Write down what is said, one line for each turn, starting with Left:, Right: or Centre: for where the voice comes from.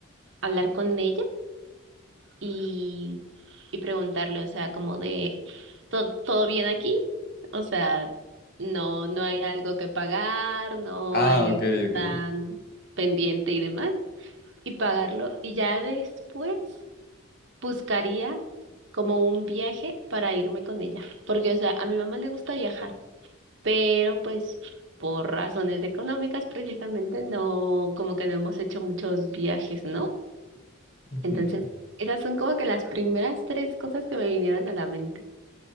Right: hablar con ella y, y preguntarle, o sea, como de, ¿todo, todo bien aquí? O sea, no, no hay algo que pagar, no
Left: Ah,
Right: hay
Left: ok, ok.
Right: tan pendiente y demás, y pagarlo. Y ya después buscaría como un viaje para irme con ella, porque, o sea, a mi mamá le gusta viajar, pero pues por razones económicas precisamente no, como que no hemos hecho muchos viajes, ¿no?
Left: Ujú.
Right: Entonces, esas son como que las primeras tres cosas que me vinieron a la mente.